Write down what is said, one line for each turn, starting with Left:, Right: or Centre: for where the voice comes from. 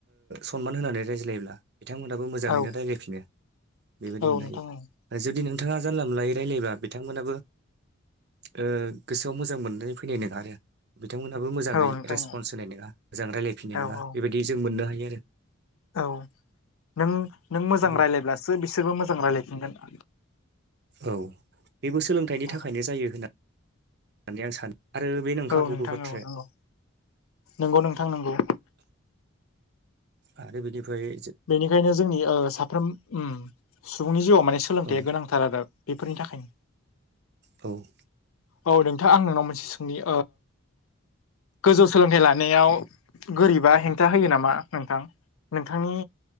Right: सनमान होनानै रायज्लायोब्ला बिथांमोनहाबो मोजाङैनो
Left: औ
Right: रायज्लायफिनो बेबायदि
Left: औ
Right: मोननो
Left: नोंथां
Right: हायो
Left: औ
Right: जुदि नोंथाङा जानला मानलायै रायलायोबा बिथांमोनाबो ओ गोसोआव मोजां मोननानै फैनाय नोङा आरो बिथांमोनहाबो मोजाङै
Left: औ औ नोंथां
Right: रेसपन्स होनाय नोङा मोजां रायलायफिननाय
Left: औ
Right: नोङा
Left: औ
Right: बेबायदि जों मोननो हायो आरो
Left: औ नों नों मोजां
Right: बे
Left: रायलायब्लासो बिसोरबो मोजां रायज्लायफिनगोन
Right: औ बेबो सोलोंथाइनि
Left: औ
Right: थाखायनो जायो <inaudible> होननानै आं सानो आरो बे नंखागौबो
Left: नोंथां
Right: बाथ्राया
Left: औ नंगौ नंगौ नोंथां नंगौ
Right: आरो बिनिफ्राय
Left: बेनिखायनो जोंनि साफ्रोम सुबुंनि जिउआव माने सोलोंथाइया
Right: ओ
Left: गोनां आलादा बेफोरनि थाखायनो
Right: औ
Left: औ नोंथां आं नोंनाव मोनसे सोंनि गोजौ सोलोंथाइ लानायाव गोरिबा हेंथा होयो नामा नोंथां नोंथांनि